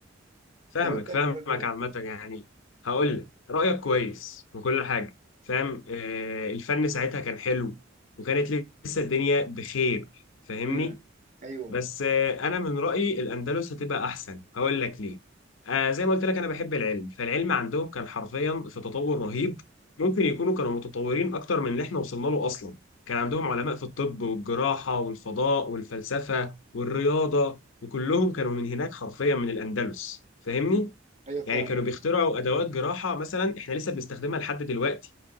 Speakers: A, on the left; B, on the right.
A: فاهمك
B: زي ما قلت
A: فاهمك
B: لك برضو
A: عامه يعني هقول لك رايك كويس وكل حاجه فاهم آه الفن ساعتها كان حلو وكانت لسه الدنيا بخير فاهمني
B: امم ايوه
A: بس آه، انا من رايي الاندلس هتبقى احسن هقول لك ليه آه زي ما قلت لك انا بحب العلم فالعلم عندهم كان حرفيا في تطور رهيب ممكن يكونوا كانوا متطورين اكتر من اللي احنا وصلنا له اصلا كان عندهم علماء في الطب والجراحه والفضاء والفلسفه والرياضه وكلهم كانوا من هناك حرفيا من الاندلس فاهمني
B: امم ايوه
A: يعني
B: فاهم
A: كانوا بيخترعوا ادوات جراحه مثلا احنا لسه بنستخدمها لحد دلوقتي